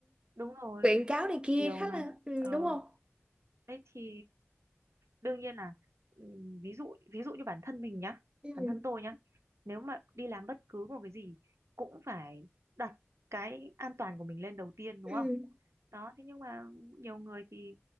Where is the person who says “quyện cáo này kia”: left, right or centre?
Right